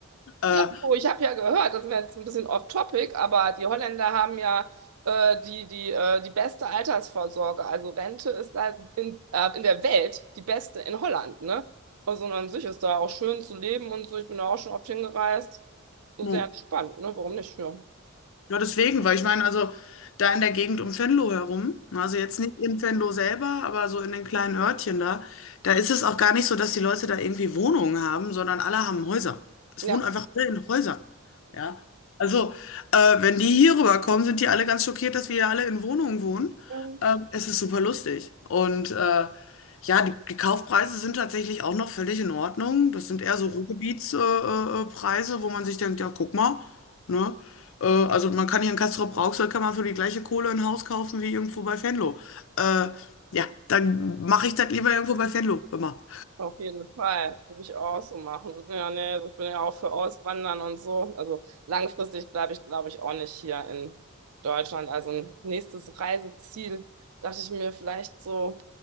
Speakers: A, on the left; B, on the right.
A: Äh,
B: Ja, du, ich habe ja gehört, das ist mir jetzt ein bisschen off-topic, aber die Holländer haben ja äh, die, die, äh, die beste Altersvorsorge. Also Rente ist da in, äh, in der Welt die beste in Holland, ne? Also und an sich ist da auch schön zu leben und so. Ich bin da auch schon oft hingereist. So
A: so.
B: sehr entspannt, ne? Warum nicht? Ja.
A: Ja, deswegen, weil ich meine, also da in der Gegend um Venlo herum, also jetzt nicht in Venlo selber, aber so in den kleinen Örtchen da, da ist es auch gar nicht so, dass die Leute da irgendwie Wohnungen haben, sondern alle haben Häuser. Es
B: Ja.
A: wohnen einfach alle in Häusern. Ja. Also, äh, wenn die hier rüberkommen, sind die alle ganz schockiert, dass wir hier alle in Wohnungen wohnen.
B: Ja.
A: Ähm, es ist super lustig. Und äh, ja, die, die Kaufpreise sind tatsächlich auch noch völlig in Ordnung. Das sind eher so Ruhrgebietspreise, äh, äh, äh, Preise, wo man sich denkt, ja, guck mal, ne? Äh, also man kann hier in Castrop-Rauxel kann man für die gleiche Kohle ein Haus kaufen wie irgendwo bei Venlo. Äh, ja, dann mache ich das lieber irgendwo bei Venlo, hör mal.
B: Auf jeden Fall. Würde ich auch so machen. Ja, nee, ich bin ja auch für Auswandern und so. Also langfristig bleibe ich, glaube ich, auch nicht hier in Deutschland. Also ein nächstes Reiseziel dachte ich mir vielleicht so,